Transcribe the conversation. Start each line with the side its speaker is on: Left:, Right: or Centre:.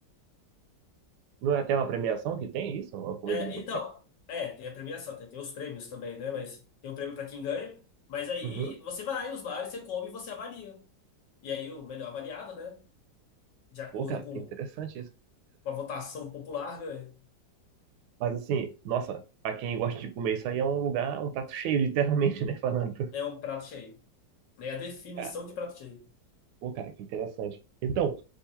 Right: Não é até uma premiação que tem isso? Uma comida
Left: É,
Right: de boteco?
Left: então, é, tem a premiação, tem, tem os prêmios também, né? Mas tem o prêmio pra quem ganha. Mas aí
Right: Uhum.
Left: você vai nos bares, você come e você avalia. E aí o melhor avaliado, né? De acordo
Right: Pô, cara,
Left: com
Right: que interessante isso.
Left: com a votação popular, ganha.
Right: Mas assim, nossa, pra quem gosta de comer isso aí é um lugar, um prato cheio, literalmente, né? Falando.
Left: É um prato cheio. né, É a definição
Right: Cara,
Left: de prato cheio.
Right: Pô, cara, que interessante. Então,